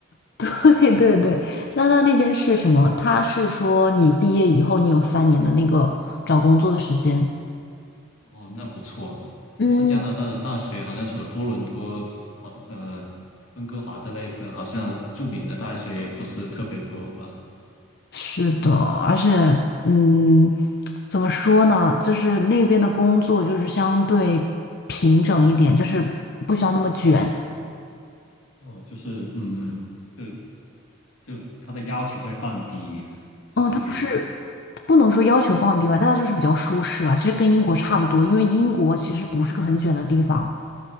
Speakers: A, on the left; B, on the left.
A: <laughs> 对对对，加拿大那边是什么？他是说你毕业以后，你有三年的那个找工作的时间。
B: 哦，那不错啊。
A: 嗯。
B: 但是加拿大的大学好像除了多伦多、华盛呃温哥华之类的，好像著名的大学也不是特别多吧？
A: 是的，而且，嗯，怎么说呢？就是那边的工作就是相对平整一点，就是不需要那么卷。
B: 哦，就是嗯。就就他的要求会放低，就是这个意思。
A: 哦，它不是不能说要求放低吧，但它就是比较舒适了。其实跟英国差不多，因为英国其实不是个很卷的地方。